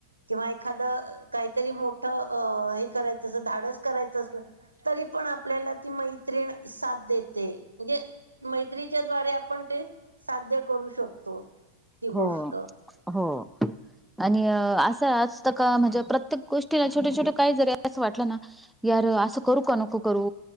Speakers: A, on the right; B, in the centre.
A: किंवा एखादं काहीतरी मोठं अंस करायचं धाडस करायचं असलं तरी पण आपल्याला ती मैत्रीण साथ देते म्हणजे मैत्रीच्या द्वारे आपल्या आपण ते साध्य करू शकतो. ती
B: हो,
A: गोष्ट
B: हो आणि अं असं असतं का म्हणजे प्रत्येक गोष्टीला छोटे, छोटे काय जरी असं वाटलं ना. यार असं करू का नको करू?